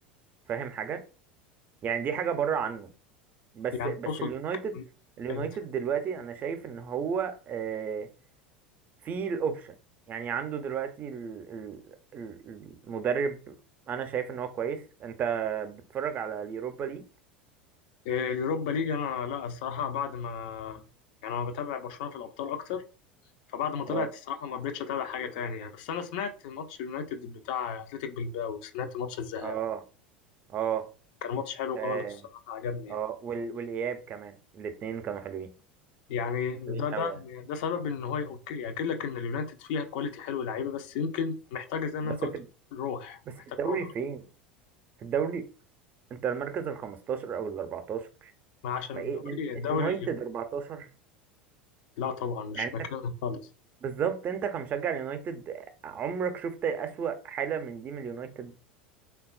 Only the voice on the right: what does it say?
فاهم حاجه يعني دي حاجه بره عنه بس
بس
اليونايتد
اليونايتد
دلوقتي انا شايف ان هو آه، في الاوبشن يعني عنده دلوقتي ال- ال- ال- المدرب انا شايف ان هو كويس انت بتتفرج على اليوروبا ليج
اه
اه اه
اه
اه وال- والاياب كمان الاتنين كانوا حلوين
حلوين
قوي يعني
بس
في
بس
في الدوري
فين في الدوري انت المركز ال 15 او ال 14
ما
ايه من
اليونايتد 14
يعني
انت
بالظبط انت كمشجع اليونايتد عمرك شفت اسوأ حالة من دي من اليونايتد